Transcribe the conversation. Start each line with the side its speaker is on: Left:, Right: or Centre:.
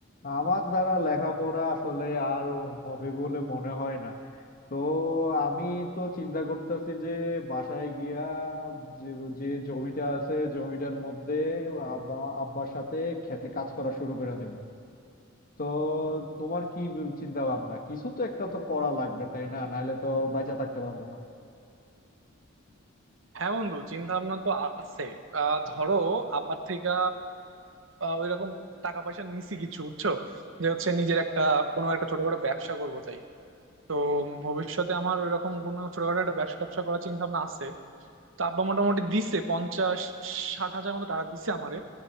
Left: আমার দ্বারা লেখাপড়া আসলে আর হবে বলে মনে হয় না তো আমি তো চিন্তা করতেছি যে বাসায় গিয়া যে যে জমিটা আছে জমিটার মধ্যে আব্বা আব্বার সাথে খেতে কাজ করা শুরু করে দেব তো তোমার কি চিন্তা ভাবনা কিছু তো একটা তো করা লাগবে তাই না নাহলে তো বাইচা থাকতে পারবো না
Right: হ্যাঁ বন্ধু চিন্তা ভাবনা তো আছে আহ ধরো আব্বার থেকে ওই রকম টাকা পয়সা নিছি কিছু বুঝছো যে হচ্ছে নিজের একটা কোনো একটা ছোটখাটো ব্যবসা করবো তাই তো ভবিষ্যতে আমার ওইরকম কোনো ছোটখাটো একটা ব্যবসা ট্যাবসা করার চিন্তা ভাবনা আছে তো আব্বা মোটামুটি দিছে পঞ্চাশ ষাট হাজার মতো টাকা দিছে আমারে